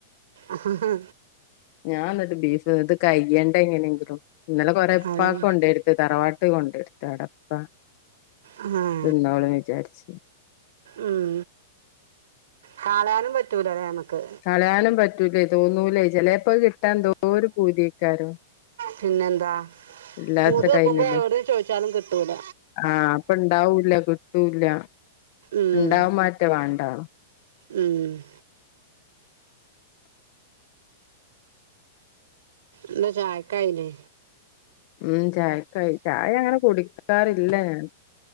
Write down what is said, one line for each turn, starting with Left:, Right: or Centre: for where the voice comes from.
Right: അഹാഹ
Left: ഞാൻ എന്നിട്ട് ബീഫ് ഇത് കയ്യേണ്ട എങ്ങനെയെങ്കിലും ഇന്നലെ കൊറേ ഉപ്പാക്ക്
Right: അതന്നെ
Left: കൊണ്ടെയൊടുത്ത് തറവാട്ട് കൊണ്ടെയൊടുത്തു അവിട ഉപ്പാ
Right: ആഹ്
Left: തിന്നോളും വിചാരിച്ച്
Right: ഉം കാളാനും പറ്റൂലാലേ നമുക്ക്
Left: കളയാനും പറ്റൂല ഇതൊന്നൂലേ ചെലേപ്പോ ഇത് കിട്ടാൻ എന്തോ ഒരു പൂതിയാക്കാരും
Right: പിന്നെന്താ
Left: ഇല്ലാത്ത
Right: പൂതു വെക്കുമ്പോ
Left: ടൈമില്
Right: എവിടെ ചോദിച്ചാലും കിട്ടൂല
Left: ആഹ് അപ്പ ഇണ്ടാവൂല്ല കിട്ടൂല്ല
Right: ഉം
Left: ഇണ്ടാവും ആറ്റ വേണ്ടാ
Right: ഉം എന്താ ചായക്കായില്ലേ
Left: ഉം ചായക്കായി ചായ അങ്ങനെ കുടിക്കാറില്ല ഞാൻ